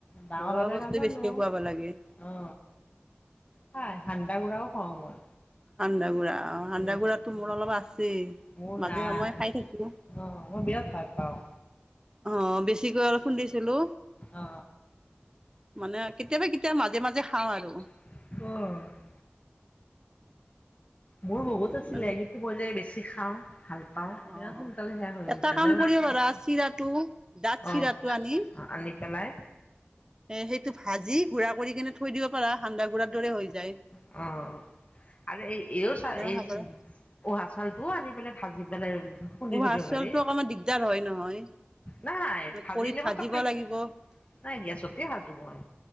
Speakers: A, on the left; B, on the right.
A: ডাঙৰ
B: ঘৰুৱা
A: হ'লে
B: বস্তুৱে
A: নাজানো
B: বেছিকে খুৱাব লাগে।
A: অ খাই সান্দা গুড়াও খুৱাও মই
B: সান্দা গুড়া অ সান্দা
A: এ
B: গুড়া টো মোৰ অলপ আছেই
A: মোৰ
B: মাজে
A: নাই
B: সময়ে খাই
A: অ
B: থাকো
A: মই বিৰাট ভাল পাওঁ।
B: আহ বেছিকৈ অলপ খুন্দিছিলো।
A: অ
B: মানে কেতিয়াবা কেতিয়াবা মাজে মাজে খাওঁ আৰু
A: <inaudible> মোৰ বহুত আছিলে
B: মানে
A: কিন্তু মই যে বেছি খাওঁ ভাল।
B: অ'
A: ইমান সোনকালে শেষ হৈ গৈছে
B: এটা কাম
A: নে
B: কৰিব পাৰা চিৰাটো ডাঠ চিৰাটো
A: অ
B: আনি
A: আনি পেলাই।
B: এ সেইটো ভাজি গুৰা কৰি কিনে থৈ দিব পাৰা সান্দা গুৰাৰ দৰে হৈ যায়।
A: অঁ আৰু এই এইও চা এইটো
B: খাব পাৰা
A: অ উহা চাউলটো আনি পেলাই ভাজি পেলাই খুন্দি
B: উহা
A: থৈ দিব
B: চাউলটো
A: পাৰি
B: অকণমান দিগদাৰ হয় নহয়।
A: নাই ভাজিলে
B: খৰিত ভাজিব
A: মোৰ ত পে
B: লাগিব
A: নাই গেছতে ভাজো মই